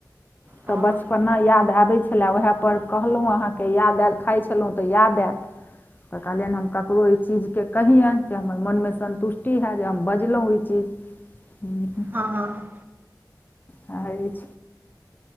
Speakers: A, on the left; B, on the right.
A: तऽ
B: हँ
A: बचपना याद आबै छलए, उएहपर कहलहुँ अहाँकेँ याद आयल, खाइ छलहुँ तऽ याद आयल। तऽ कहलियनि हम ककरो ई चीजकेँ कहियनि जे हमर मोनमे सन्तुष्टि हएत जे हम बजलहुँ ई चीज हुँ।
B: हँ हँ।
A: हँ अइछ।